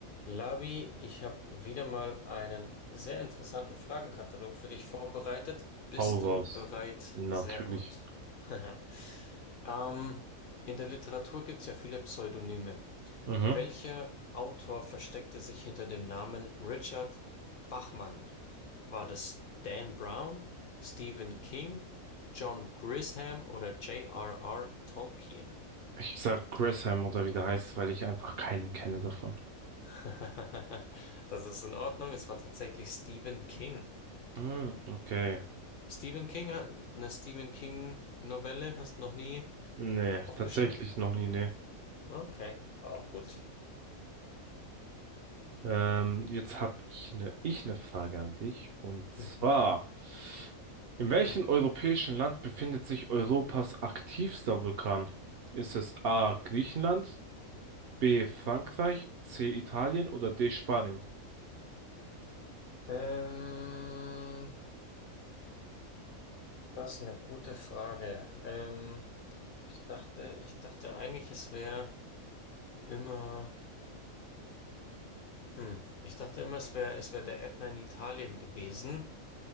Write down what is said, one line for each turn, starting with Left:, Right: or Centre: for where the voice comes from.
Left: Labi, ich habe wieder mal einen sehr interessanten Fragenkatalog für dich vorbereitet. Bist
Right: Paul Walls.
Left: du bereit?
Right: Natürlich.
Left: Sehr gut. <laughs> Ähm, in der Literatur gibt es ja viele Pseudonyme.
Right: Mhm.
Left: Welcher Autor versteckte sich hinter dem Namen Richard Bachman? War das Dan Brown, Stephen King, John Grisham oder J.R.R. Tolkien?
Right: Ich sag Gresham oder wie der heißt, weil ich einfach keinen kenne davon.
Left: <laughs> Das ist in Ordnung. Es war tatsächlich Stephen King.
Right: Hm, Okay.
Left: Stephen King hat eine Stephen King Novelle, hast noch nie
Right: Nee,
Left: aufgeschnappt?
Right: tatsächlich noch nie, nee.
Left: Okay, auch gut.
Right: Ähm, jetzt hab ich eine, ich ne Frage an dich. Und zwar,
Left: Mhm.
Right: in welchem europäischen Land befindet sich Europas aktivster Vulkan? Ist es A. Griechenland, B. Frankreich, C. Italien oder D. Spanien?
Left: Ähm, das ist eine gute Frage. Ähm, ich dachte, ich dachte eigentlich, es wäre immer, hm, ich dachte immer, es wäre, es wäre der Ätna in Italien gewesen.